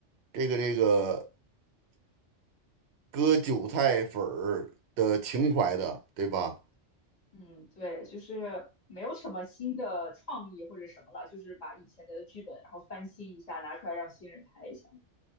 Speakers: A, on the right (about 65°); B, on the left (about 35°).
A: 这个这个割韭菜粉儿的情怀的，对吧？
B: 嗯，对，就是没有什么新的创意或者什么了，就是把以前的剧本然后翻新一下，拿出来让新人拍一下。